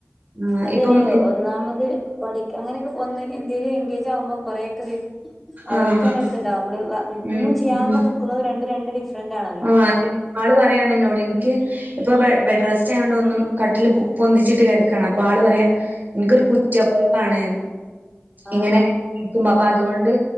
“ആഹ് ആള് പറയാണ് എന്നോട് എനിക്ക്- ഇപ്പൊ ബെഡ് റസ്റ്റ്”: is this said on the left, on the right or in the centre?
Right